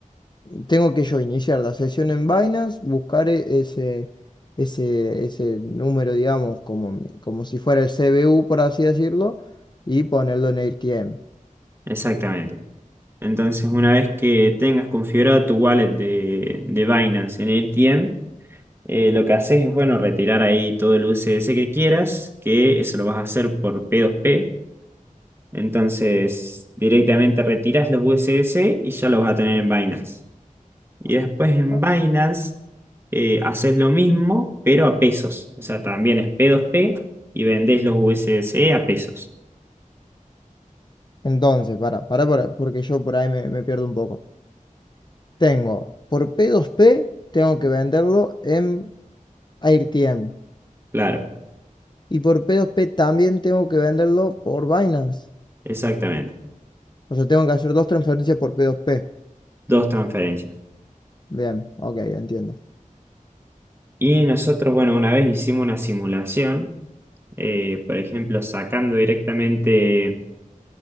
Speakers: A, on the left; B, on the right.
A: Tengo que yo iniciar la sesión en Binance, buscar e- ese, ese, ese número, digamos, como, mi- como si fuera el CBU, por así decirlo, y ponerlo en AirTM.
B: exactamente. Entonces, una vez que tengas configurado tu wallet de, de Binance en ETM, eh, lo que haces es, bueno, retirar ahí todo el USDC que quieras, que eso lo vas a hacer por P2P. Entonces, directamente retiras los USDC y ya los vas a tener en Binance. Y después en
A: O-
B: Binance, eh, haces lo mismo, pero a pesos. O sea, también es P2P y vendés los USDC a pesos.
A: Entonces, para, para, para, porque yo por ahí me, me pierdo un poco. Tengo, por p dos p tengo que venderlo en AirTM.
B: Claro,
A: Y por p dos p también tengo que venderlo por Binance.
B: exactamente.
A: O sea, tengo que hacer dos transferencias por p dos p
B: Dos transferencias.
A: Bien, ok, entiendo.
B: Y nosotros, bueno, una vez hicimos una simulación, eh, por ejemplo, sacando directamente,